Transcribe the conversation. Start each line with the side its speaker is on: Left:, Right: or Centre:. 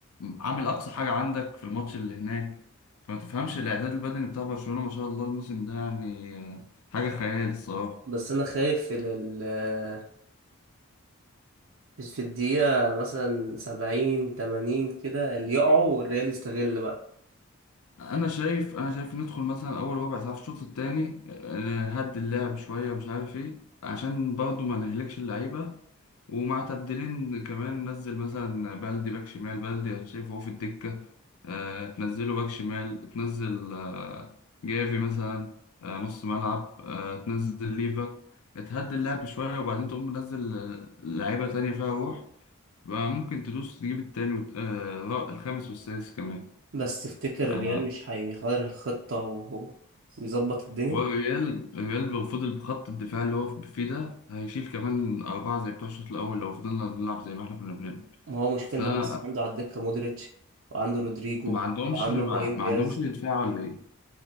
Left: عامل اقصى حاجة عندك في الماتش اللي هناك فما تفهمش الاعداد البدني بتاع برشلونة ما شاء الله الموسم ده يعني آه، حاجة خيال الصراحة
Right: بس انا خايف ال- ال- في الدقيقة مثلا سبعين تمانين كده اللي يقعوا والريال يستغل بقى
Left: انا شايف انا شايف ندخل مثلا اول ربع ساعه في الشوط الثاني نهدي اللعب شويه مش عارف ايه عشان برضو ما نهلكش اللعيبه ومع تبديلين كمان نزل مثلا بلدي باك شمال بلدي أنا شايفه هو في الدكه آه، تنزله باك شمال تنزل آه، جافي مثلا آه، نص ملعب آه، تنزل ليفا تهدي اللعب شويه وبعدين تقوم منزل آه، لعيبه تانية فيها روح بقى ممكن تدوس تجيب التاني والت- آه، الخامس والسادس كمان
Right: بس تفتكر
Left: آه،
Right: الريال مش هيغير الخطة و... ويظبط الدنيا
Left: والريال الريال لو فضل بخط الدفاع اللي هو فيه ده هيشيل كمان أربعة زي بتوع الشوط الأول لو فضلنا بنلعب زي ما إحنا كنا بنلعب
Right: ما هو مشكلة
Left: أصل
Right: ان هو
Left: أنا
Right: لسه عنده على الدكة مودريتش وعنده رودريجو
Left: ما عندهمش
Right: وعنده
Left: ما,
Right: ابراهيم دياز
Left: ما عندهمش دفاع ولا إيه؟